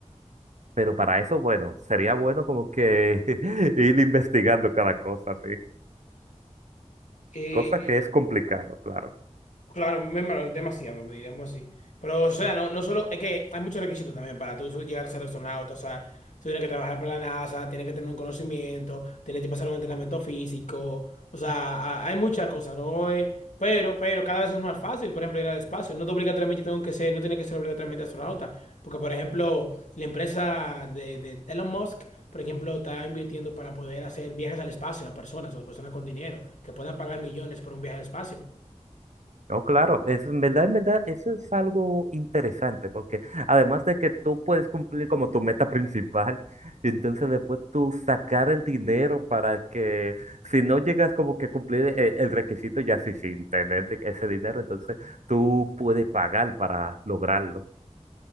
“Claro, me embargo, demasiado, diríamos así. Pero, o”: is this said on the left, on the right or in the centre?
Left